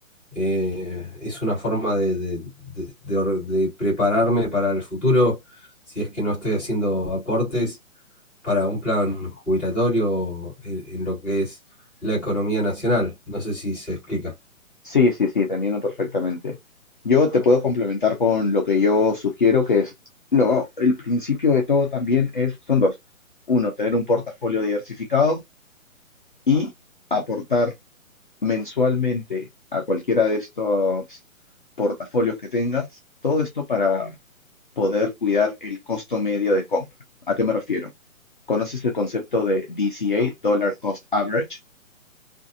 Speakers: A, in the centre; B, on the left.
A: eh, es una forma de, de- de- de or- de prepararme para el futuro si es que no estoy haciendo aportes para un plan jubilatorio en, en lo que es la economía nacional. No sé si se explica.
B: Sí, sí, sí, te entiendo perfectamente. Yo te puedo complementar con lo que yo sugiero, que es lo, el principio de todo también es, son dos. Uno, tener un portafolio diversificado y aportar mensualmente a cualquiera de estos portafolios que tengas, todo esto para poder cuidar el costo medio de compra. ¿A qué me refiero? ¿Conoces el concepto de DCA, Dollar Cost Average?